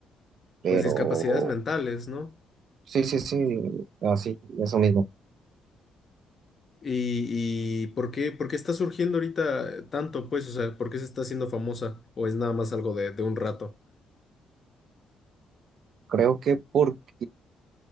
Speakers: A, on the right; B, on the left.
A: pero
B: pues discapacidades mentales, ¿no?
A: sí, sí, sí, así, eso mismo.
B: Y, y ¿por qué, por qué está surgiendo ahorita tanto, pues? O sea, ¿por qué se está haciendo famosa? ¿O es nada más algo de, de un rato?
A: Creo que porque